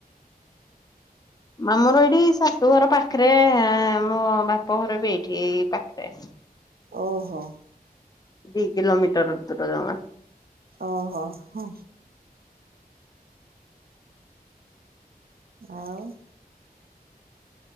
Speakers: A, on the left; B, on the right.
A: ମା ମୋର ଏଇଠି ଶାଶୁଘର ପାଖେରେ ମୋ ବାପଘର ବି ଏଇଠି ଏଇ ପା ଖେରେ।
B: ଓହୋ।
A: ଦି କିିଲୋମିଟର ଦୂର ଯମା।
B: ଓହୋ ହଁ। ଆଉ